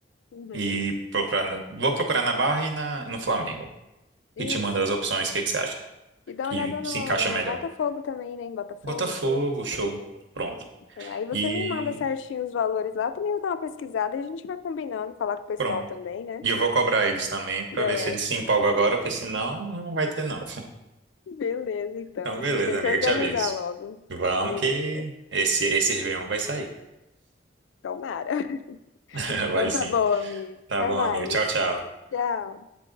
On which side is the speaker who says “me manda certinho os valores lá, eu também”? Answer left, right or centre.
Left